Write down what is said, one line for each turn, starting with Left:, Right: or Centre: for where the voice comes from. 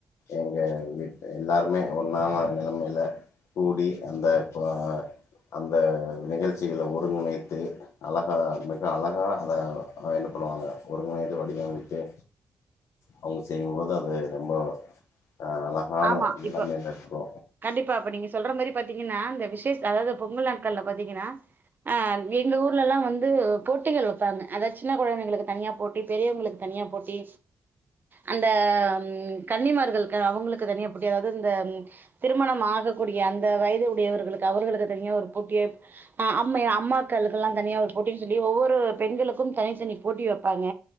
Left: எங்க வீட்டு எல்லாருமே ஒன்னான நிலமைல கூடி அந்த இப்ப அந்த நிகழ்ச்சிகள ஒருங்கிணைத்து அழகா மிக அழகா அத என்ன பன்னுவாங்க ஒருங்கிணைந்து வடிவமைத்தே அவங்க செய்யுபோது அது ரொம்ப அ அழகான
Right: ஆமா
Left: நிலமைல
Right: இப்போ
Left: இருக்கு
Right: கண்டிப்பா இப்ப நீங்க சொல்ற மாரி பாத்தீங்கன்னா இந்த விசேஷ அதாவது பொங்கல் நாட்கள்ல பாத்தீங்கன்னா ஆ எங்க ஊர்லல்லா வந்து போட்டிகள் வப்பாங்க அதா சின்ன கொழந்தைங்களுக்கு தனியா போட்டி பெரியவங்களுக்கு தனியா போட்டி அந்த கன்னிமார்களுக்கு அவங்களுக்கு தனியா போட்டி அதாவது இந்த திருமணம் ஆகக்கூடிய அந்த வயது உடையவர்களுக்கு அவர்களுக்கு தனியா ஒரு போட்டிய அ அம்ம அம்மாக்களுக்குல்லா தனியா ஒரு போட்டின் சொல்லி ஒவ்வொரு பெண்களுக்கு தனித்தனி போட்டி வப்பாங்க